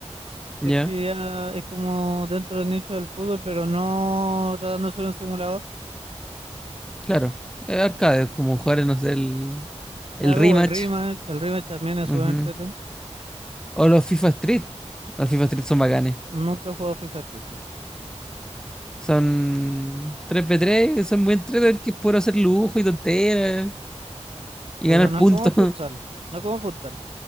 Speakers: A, on the right; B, in the centre.
A: Sé
B: Ya,
A: que ya es como dentro del nicho del fútbol, pero no tratando de ser un simulador.
B: claro. Eh, Arcade, como jugar, no sé, el, el
A: Claro,
B: rematch.
A: o el rematch, el rematch también es
B: Ujú.
A: súper entretenido.
B: O los FIFA Street. Los FIFA Street son bacanes.
A: Nunca he jugado FIFA Street yo.
B: Son tres, v 3 son muy entretenidos que puedo hacer lujo y tonteras y
A: Pero
B: ganar
A: eso no
B: puntos.
A: es como futsal,
B: <laughs>
A: no es como futsal,